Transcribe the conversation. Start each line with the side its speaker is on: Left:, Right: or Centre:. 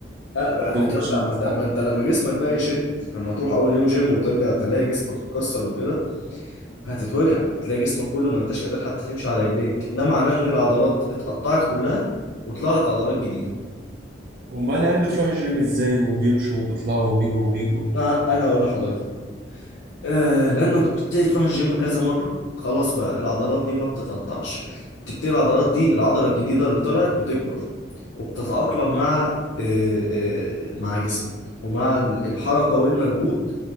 Left: آه، بقى بتوجع
Right: ما بتوجعش ما
Left: ما
Right: بتتقطع
Left: انت ما انت لما جسمك بقى يشد لما تروح اول يوم جيم وترجع تلاقي جسمك مكسر وكده هتتوجع هتلاقي جسمك كله ما انتش قادر حتى تمشي على رجليك ده معناه ان العضلات اتقطعت كلها وطلع لك عضلات جديدة
Right: امال العيال بتروح الجيم ازاي وبيمشوا وبيطلعوا وبيجوا وبيجوا
Left: فانا هقول لحضرتك آه لما بتبتدي تروح الجيم كذا مرة خلاص بقى العضلات دي ما بتتقطعش بتبتدي العضلات دي العضلة الجديدة اللي طلعت بتكبر وبتتأقلم مع آه آه مع جسمك ومع ال- الحركة والمجهود